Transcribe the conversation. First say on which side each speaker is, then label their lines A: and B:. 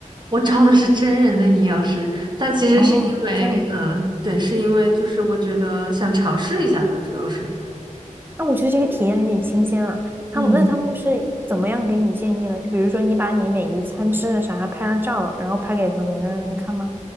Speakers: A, on the right; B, on the right.
A: 我招的是真人的营养师，但其实是因为，
B: <laughs> 哦，这样，
A: 嗯，对，是因为就是我觉得想尝试一下吧，主要是，
B: 那我觉得这个体验还挺新鲜啊。他们那他们是怎么样给你建议呢？
A: 嗯。
B: 就比如说，你把你每一餐吃的啥拍了照，然后拍给他们，让他们看吗？